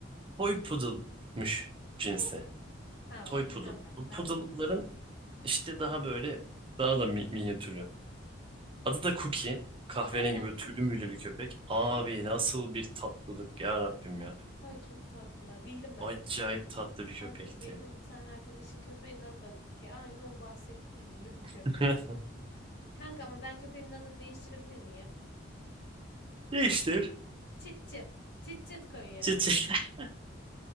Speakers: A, on the right; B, on the left.
A: Toy poodle'mış cinsi.
B: Ne? Ha
A: Toy
B: onu bilmem
A: Poodle.
B: ben.
A: Bu poodle'ların
B: Ben bilmem.
A: işte daha böyle daha da
B: Hı.
A: mi- minyatürü. Adı da Cookie. Kahverengi
B: Annem
A: böyle tüylü
B: Cookie.
A: müylü bir köpek. Abi
B: Hı hı.
A: nasıl bir tatlılık ya Rabbim ya.
B: Ay çok tatlı. Bildim ben
A: Acayip
B: o tipi.
A: tatlı bir
B: Kanka
A: köpekti.
B: benim bir tane arkadaşın köpeğinin adı da Cookie. Aynı o bahsettiğin gibi bir köpek.
A: <laughs>
B: Kanka ama ben köpeğimin adını değiştirebilir miyim?
A: Değiştir.
B: Çıt çıt. Çıt çıt koyuyorum.
A: Çıt çıt. <laughs>